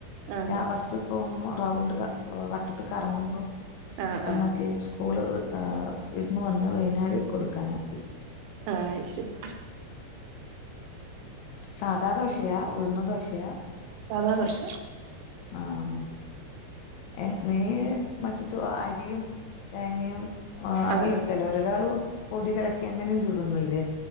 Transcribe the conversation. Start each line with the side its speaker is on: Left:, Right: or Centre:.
Right: ആഹ്
Left: ബസ്സിപോമ്പോറൗണ്ട് ക വട്ടത്ത്കറങ്ങുമ്പോ
Right: ആഹ്
Left: അപ്പന്നാക്കിസ്കൂള്
Right: ആഹ്
Left: ഇരുന്ന്വന്ന് വൈനാല് കൊടുക്കാനാക്കി
Right: ആഹ് ശെരി
Left: സാധാദോശയാഉഴുന്നദോശയാ
Right: സാധാ ദോശ
Left: ആഹ് എഹ് നീ മറ്റ ചൊ അരിയും തേങ്ങയുംഅതെല്ലാംഇട്ടല്ലേ
Right: ആഹ്
Left: ഒരാള്പൊടികലക്കിഅങ്ങനെയും ചൂടുന്നില്ലേ